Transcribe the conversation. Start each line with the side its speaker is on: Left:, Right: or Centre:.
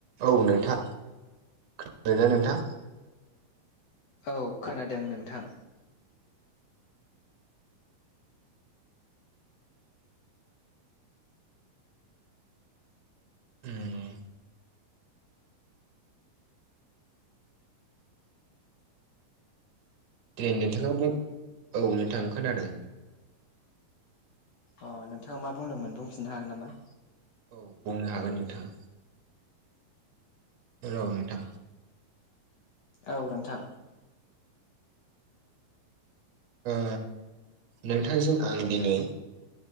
Right: औ नोंथा खनदोना नोंथां।
Left: औ खोनादों नोंथां।
Right: उम देै नोंथाङा बुं औ नोंथां खोनादों।
Left: अ नोंथाङा मा बुंदोंमोन बुंफिननो हागोन नामा?
Right: औ बुंनो हागोन नोंथां। रौ नोंथां।
Left: औ नोंथां
Right: ओ नोंथांजों आं दिनै